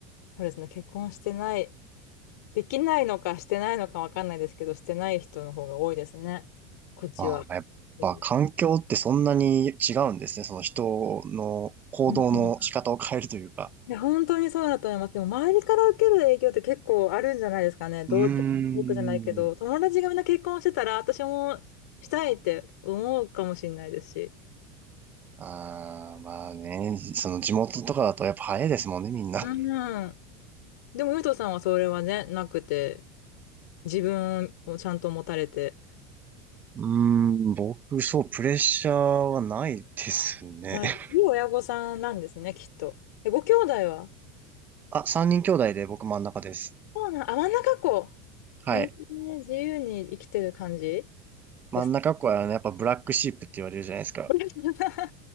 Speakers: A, on the left; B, on the right.
A: そうですね、結婚してないできないのかしてないのかわかんないですけど、してない人の方が多いですね。こっちは。
B: ああ、やっぱ環境ってそんなに違うんですね。
A: うん
B: その人の行動の仕方を変えるというか。
A: うんいや、本当にそうだと思います。でも、周りから受ける影響って結構あるんじゃないですかね。同う、
B: うーん。
A: 僕じゃないけど、友達がみんな結婚してたら、私もしたいって思うかもしれないですし。
B: ああ、まあね、その地元とかだとやっぱ早いですもんね、みんな。
A: うん。でも、ゆうとさんはそれはね、なくて、自分をちゃんと持たれて、
B: うーん、僕、そう、プレッシャーはないですね。
A: はいいい親御さんなんですね、
B: <laughs>
A: きっと。え、ご兄弟は
B: あ、三人兄弟で僕真ん中です。
A: そうなん、あ、真ん中っ子。
B: はい。
A: えー、自由に生きてる感じですか
B: 真ん中っ子はね、やっぱブラックシープって言われるじゃないですか。
A: <laughs> そ